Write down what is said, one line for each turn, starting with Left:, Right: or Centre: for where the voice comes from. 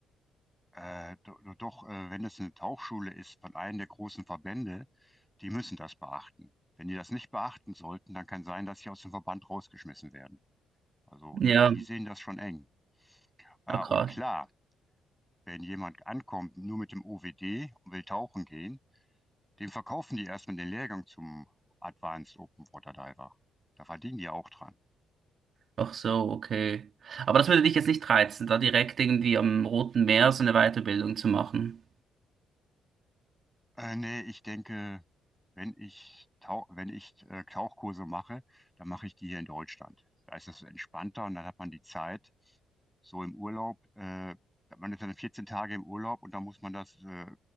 Centre: Äh, do- do- doch, äh, wenn es eine Tauchschule ist von einem der großen Verbände, die müssen das beachten. Wenn die das nicht beachten sollten, dann kann sein, dass sie aus dem Verband rausgeschmissen werden. Also
Right: Ja,
Centre: die sehen das schon eng. Äh,
Right: ah, krass.
Centre: und klar, wenn jemand ankommt nur mit dem OWD und will tauchen gehen, dem verkaufen die erstmal den Lehrgang zum Advanced Open Water Diver. Da verdienen die auch dran.
Right: Ach so, okay. Aber das würde dich jetzt nicht reizen, da direkt irgendwie am Roten Meer so eine Weiterbildung zu machen.
Centre: Äh, nee, ich denke, wenn ich, Tau wenn ich äh, Tauchkurse mache, dann mache ich die hier in Deutschland. Da ist das entspannter und dann hat man die Zeit, so im Urlaub, äh, man ist dann 14 Tage im Urlaub und dann muss man das, äh,